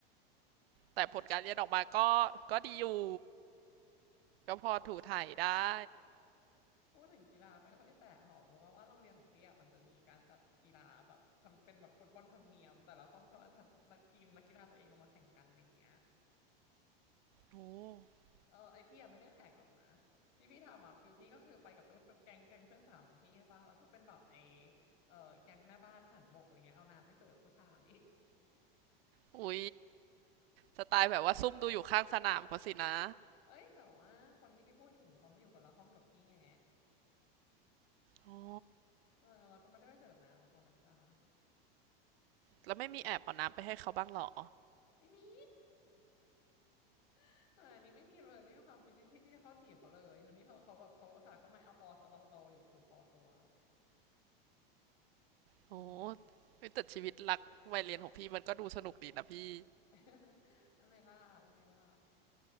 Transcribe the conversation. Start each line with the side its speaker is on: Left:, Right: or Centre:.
Right: แต่ผลการเรียนออกมาก็ก็ดีอยู่ก็พอถูถ่ายได้
Left: พูดถึงกีฬาไม่ค่อยแต่หอมรู้ว่าว่าโรงเรียนของพี่อะมันจะมีการจัดกีฬาแบบทำเป็นแบบฟุตบอลธรรมเนียมแต่ละห้องเขาก็จัดนักทีมนักกีฬาตัวเองลงมาแข่งกันอะไรอย่างเงี้ย
Right: โอ้
Left: เออไอพี่อะไม่ได้แข่งหรอกนะที่พี่ทำอ่ะคือพี่ก็คือไปกับเพื่อนแก๊งแก๊งเพื่อนสาวของพี่ใช่ปะแล้วก็เป็นแบบไอเออแก๊งแม่บ้านทหารบกอะไรเงี้ยเอาน้ำไปเสิร์ฟผู้ชาย
Right: อุสไตล์แบบว่าซุ่มดูอยู่ข้างสนามเขาสินะ
Left: <laughs> เออเอ้ยแต่ว่าคนที่พี่พูดถึงเขามาอยู่คนละห้องกับพี่ไง
Right: อ๋อ
Left: เออเราก็ไม่ได้ไปเสิร์ฟน้ำกับเขานะจ๊ะ
Right: แล้วไม่มีแอบเอาน้ำไปให้เขาบ้างเหรอ
Left: ไม่มี <laughs> แต่อันนี้ไม่มีเลยไม่มีความคิดที่ที่ที่จะเข้าจีบเขาเลยทั้งนี้เขาเขาแบบเขาอุตสาห์เขามาเอาออสเราเราอยู่อยู่พอตัวอืม
Right: โอ้เฮ้ยแต่ชีวิตรักวัยเรียนของพี่มันก็ดูสนุกดีนะพี่
Left: <laughs> ไม่เป็นไรล่าไม่เป็นไรล่า